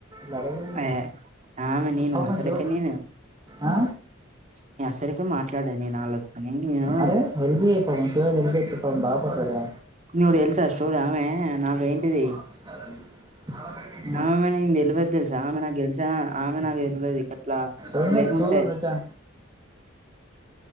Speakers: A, on the right (about 20°); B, on the right (about 35°).
A: లెగవు
B: ఏ ఆమె నేను
A: ఔ మంచియో
B: అసలుకే నేను
A: ఆ
B: నేను అసలుకే మాట్లాడను వాళ్లతోనే నేను
A: అరే హెల్ప్ జేయ్ పవన్ శివ హెల్ప్ జేత్తే పాపం బాగుపడతడు గదా
B: నీకోటి తెలుసా స్టోరీ ఆమె నాకుఏంటిది
A: ఫ స్ాల అగ
B: ఆమమె నేను తెలవదు తెలుసా ఆమె నాకు తెలుసా ఆమె నాకు తెలవదు అట్లా
A: ఏం లేదు
B: లేకుంటే
A: చూడు నువ్వు ఇట్టా